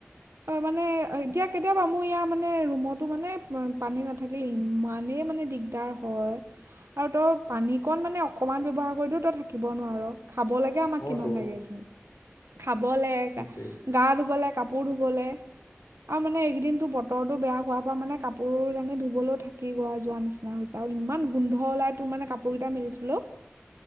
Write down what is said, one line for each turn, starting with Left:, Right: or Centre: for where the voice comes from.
Right: অ মানে এতিয়া কেতিয়াবা মোৰ ই মানে মানে ৰুমতো মানে পানী নাথাকিলে ইমানেই মানে দিগদাৰ হয় আৰু তই পানীকণ মানে অকণমান ব্যৱহাৰ কৰিলেও তই থাকিব নোৱাৰ। খাব লাগে আমাক
Left: অ
Right: কিমান
Left: তো
Right: লাগেচোন খাবলৈ
Left: সেইটোৱে
Right: গা ধুবলৈ কাপোৰ কাপোৰ ধুবলৈ আৰু মানে এইকেইদিন তোৰ বতৰটো বেয়া হোৱাৰ পৰা মানে কাপোৰ কাৰানি ধুবলৈও থাকি গ যোৱাৰ নিচিনা হৈছে আৰু ইমান গোন্ধ ওলাই তোৰ মানে কাপোৰকেইটা মিলি থ'লোও।